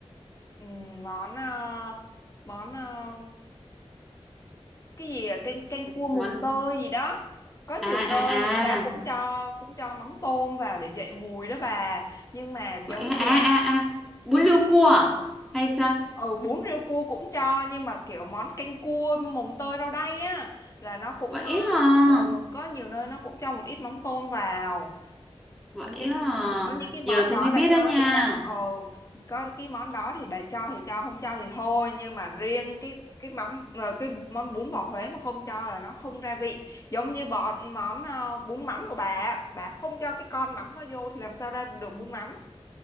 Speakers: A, on the left; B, in the centre.
A: Ừm, món ờ, món ờ, cái gì à, canh canh cua mùng
B: Món
A: tơi gì đó có
B: à
A: nhiều nơi
B: à
A: người ta cũng
B: à
A: cho cũng cho mắm tôm vào để dậy mùi đó bà nhưng mà
B: vậy
A: giống
B: hả?
A: như
B: à
A: là
B: à à bún riêu cua à? hay sao?
A: ừ bún riêu cua cũng cho nhưng mà kiểu món canh cua mùng tơi rau đay á là nó cũng
B: Vậy
A: ờ,
B: hả?
A: ừ, có nhiều nơi nó cũng cho một ít mắm tôm vào
B: Vậy
A: nên
B: hả?
A: chỉ có những cái món
B: Giờ tôi
A: đó
B: mới biết
A: là
B: đó
A: cho
B: nha.
A: thì cho ồ có cái món đó thì bà cho thì cho không cho thì thôi nhưng mà riêng cái cái mắm ờ, cái món bún bò Huế mà không cho là nó không ra vị giống như bọn món ờ, bún mắm của bà á, bà không cho cái con mắm nó vô thì làm sao ra được bún mắm